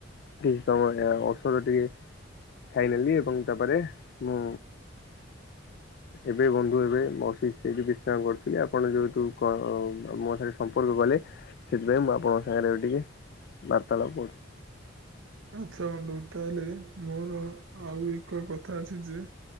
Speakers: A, on the left; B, on the right.
A: କିଛି ସମୟ ଔଷଧ ଟିକେ ଖାଇନେଲି ଏବଂ ତାପରେ ମୁଁ ଏବେ ବନ୍ଧୁ ଏବେ ବସି ସେଇଠି ବିଶ୍ରାମ କରିୁଥିଲି, ଆପଣ ଯେହେତୁ କ ମୋ ସାଙ୍ଗେରେ ସମ୍ପର୍କ କଲେ। ସେଥିପାଇଁ ମୁଁ ଆପଣଙ୍କ ସାଙ୍ଗେରେ ଏବେ ଟିକେ ବାର୍ତ୍ତାଳାପ କରୁଚି।
B: ଆଚ୍ଛା <unintelligible> ତାହେଲେ ମୋର ଆଉ ଏକ କଥା ଅଛି ଯେ